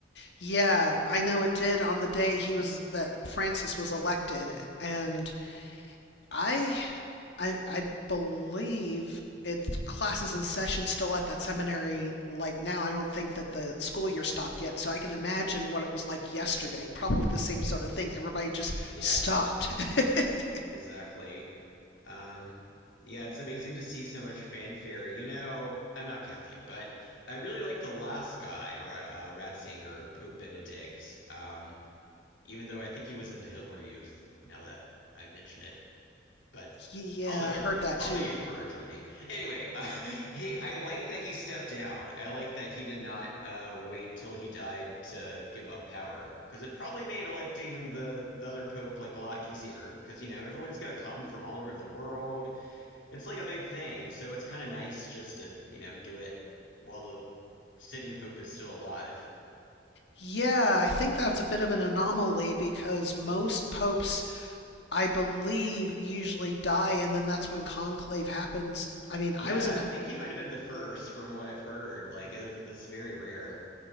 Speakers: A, on the left (about 65°); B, on the left (about 80°).
A: Yeah, I know it did on the day he was that Francis was elected, and I, I, I believe it's classes and sessions still at that seminary like now. I don't think that the school year stopped yet, so I can imagine what it was like yesterday. Probably the same sort of thing. Everybody just
B: Yeah,
A: stopped. <laughs>
B: exactly. Um, yeah, it's amazing to see so much fanfare. You know, I'm not Catholic, but I really like the last guy, Ra- uh, Ratzinger, Pope Benedict. Um, even though I think he was in the Hitler Youth. Now that I mention it. but
A: yeah,
B: all the Hitler
A: I heard
B: Youth,
A: that
B: all
A: too.
B: the youth were in Germany. Anyway, uh, <laughs> he, I like that he stepped down. I like that he did not uh, wait till he died to give up power because it probably made electing the the other pope like a lot easier because you know everyone's gonna come from all over the world. It's like a big thing, so it's kind of nice just to you know do it while the sitting pope is still alive.
A: Yeah, I think that's a bit of an anomaly because most popes, I believe, usually die, and then that's when conclave happens. I mean,
B: Yeah,
A: I was in,
B: I think he might have been the first from what I've heard. Like uh, that's very rare.